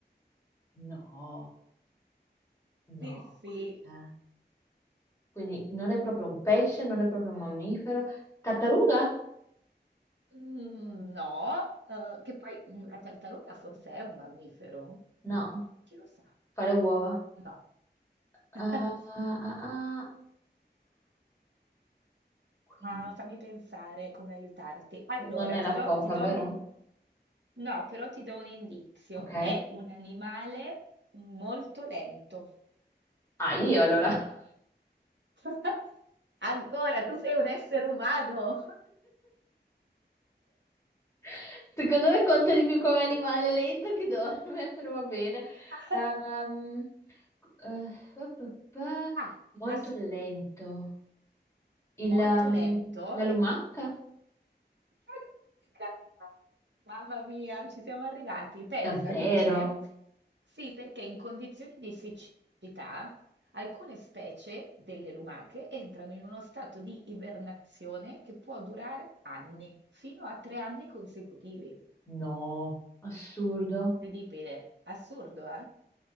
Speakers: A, on the left (about 15°); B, on the right (about 80°).
A: no, no,
B: Sì, sì.
A: questa- Quindi non è proprio un pesce, non è proprio un mammifero. Tartaruga?
B: Mhmm, no, uhm, che poi, mhmm, la tartaruga forse è un mammifero?
A: No,
B: Chi lo sa?
A: fa le uova.
B: No.
A: Ah,
B: <laughs>
A: ah, ah, ah.
B: Ah, fammi pensare come aiutarti. Allora,
A: Non è
B: ti
A: la
B: do,
A: foca,
B: ti do
A: vero?
B: un... No, però ti do un indizio.
A: Ok.
B: È un animale molto lento.
A: Ah, io allora.
B: <laughs> Ancora, tu sei un essere umano.
A: <laughs> Secondo me conta di più come animale lento che dorme, però va bene.
B: <laughs>
A: Ehm, eh, pa, pa, pa,
B: Ah,
A: molto
B: as-
A: lento. Il,
B: molto
A: ehm,
B: lento.
A: la lumaca?
B: <laughs> Mamma mia, ci siamo arrivati. Pensa,
A: Davvero?
B: dice, sì, perché in condizioni di siccità alcune specie delle lumache entrano in uno stato di ibernazione che può durare anni, fino a tre anni consecutivi.
A: No, assurdo.
B: Incredibile, assurdo, eh?